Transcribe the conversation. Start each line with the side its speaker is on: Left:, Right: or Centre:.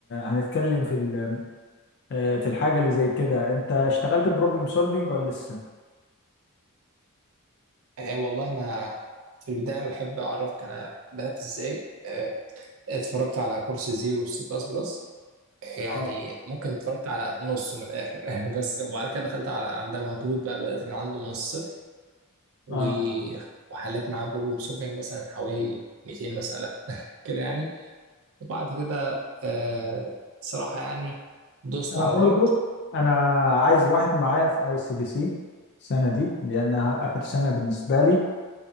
Left: هنتكلم في ال- في الحاجة اللي زي كده انت اشتغلت بروبلم سولفينج ولا لسه؟
Right: آه والله انا في البداية انا بحب اعرفك انا بدأت ازاي آه اتفرجت على كورس زيرو سي بلس بلس يعني
Left: اه
Right: ممكن اتفرجت على نصه من الاخر <laughs> بس وبعد كده دخلت على عند ابو هدود بقى بدات من عنده من الصفر و...
Left: اه
Right: وحليت معاه بروبلم سولفنج مثلا حوالي 200 مساله <laughs> كده يعني وبعد كده آه صراحه يعني دوست
Left: انا
Right: على
Left: برضو
Right: دارت
Left: انا عايز واحد معايا في اي سي بي سي السنه دي لانها اخر سنه بالنسبه لي